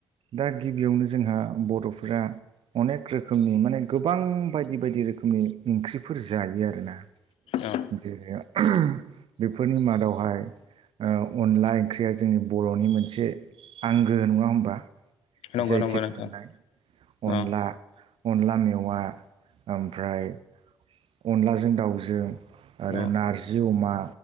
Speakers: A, on the right (about 60°); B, on the left (about 70°).
A: दा गिबियावनो जोंहा बर'फोरा अनेक रोखोमनि माने गोबां बायदि बायदि रोखोमनि ओंख्रिफोर जायो आरोना।
B: अ
A: जेरै बेफोरनि मादावहाय ओ अनला ओंख्रिया जोंनि बरनि मोनसे आंगो नंङा होमबा।
B: नंगौ
A: जैथिक
B: नंगौ नोंथां
A: मोननाय
B: अ
A: अनला अनला मेवा ओमफ्राय अनलाजों दाउजों आरो
B: अ
A: नारजि अमा